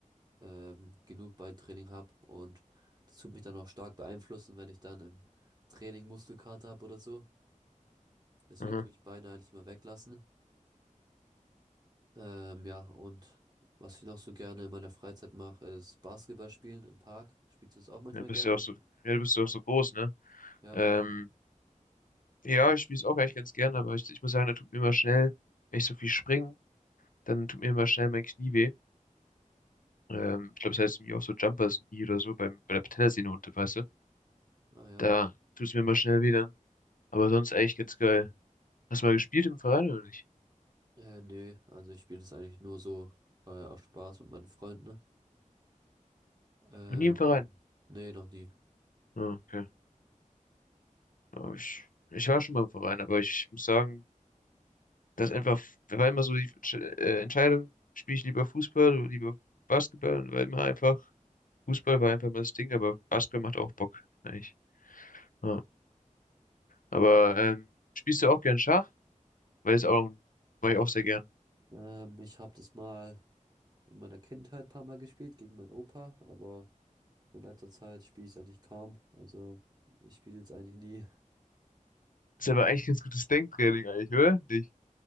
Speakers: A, on the right; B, on the left.
A: ähm, genug Beintraining habe und das tut mich dann auch stark beeinflussen, wenn ich dann im Training Muskelkater habe oder so. Deswegen
B: Aha.
A: tue ich Beine eigentlich immer weglassen. Ähm, ja, und was ich noch so gerne in meiner Freizeit mache, ist Basketball spielen im Park. Spielst du das auch manchmal
B: Ja, bist
A: gerne?
B: ja auch so, ja, du bist ja auch so groß, ne?
A: Ja,
B: Ähm, ja, ich spiele es auch eigentlich ganz gern, aber ich, ich muss sagen, da tut mir immer schnell, wenn ich so viel springe, dann tut mir immer schnell mein Knie weh. Ähm, ich glaube, es das heißt irgendwie auch so Jumpers Knee oder so beim, bei der Patellasehne unten, weißt du?
A: ah ja.
B: Da tut es mir immer schnell weh dann. Aber sonst eigentlich ganz geil. Hast du mal gespielt im Verein oder nicht?
A: Äh, nee, also ich spiele das eigentlich nur so äh, aus Spaß mit meinen Freunden. ne? Ähm,
B: Noch nie im Verein.
A: nee, noch nie.
B: Ah, okay. Aber ich, ich war schon mal im Verein, aber ich muss sagen, das einfach, war immer so die Entsch- äh, Entscheidung, spiele ich lieber Fußball oder lieber Basketball, und war immer einfach, Fußball war einfach mal das Ding, aber Basketball macht auch Bock, eigentlich. Ja. Aber ähm, spielst du auch gern Schach? Weil es auch, mache ich auch sehr gern.
A: Ähm, ich habe das mal in meiner Kindheit ein paar Mal gespielt gegen meinen Opa, aber In letzter Zeit spiele ich eigentlich kaum. Also ich spiele jetzt eigentlich nie.
B: Ist aber eigentlich ein ganz gutes Denktraining eigentlich, oder? Nicht?